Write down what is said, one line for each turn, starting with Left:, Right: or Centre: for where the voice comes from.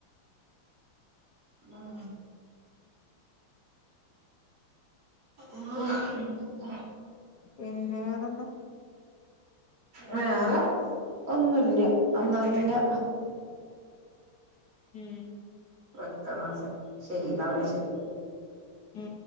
Right: ഉം ആഹ് പിന്നെന്താ?
Left: പിന്നെ വേറെന്താ?
Right: വേറെ ഒന്നുംഇല്യ എന്നാ പിന്നെ
Left: ഉം
Right: വെക്കാറാണ്ട് ശെരി എന്ന ഓക്കെ ശെരി.
Left: ഉം